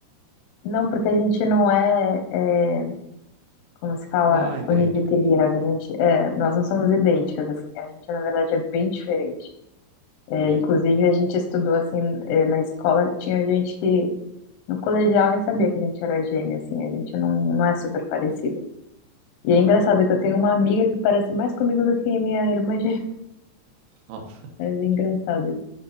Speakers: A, on the left; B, on the right.
A: Não, porque a gente não é, é como se fala,
B: Ah, idêntica.
A: univitelinas, a gente, é, nós não somos idênticas, assim, a gente, na verdade, é bem diferente. É,
B: Hum,
A: inclusive, a gente estudou, assim, é, na escola, tinha gente que, no colegial, nem sabia que a gente era gêmea, assim, a gente não, não é super parecida. E é engraçado que eu tenho uma amiga que parece mais comigo do que minha irmã gêmea,
B: Nossa.
A: <laughs> é engraçado isso.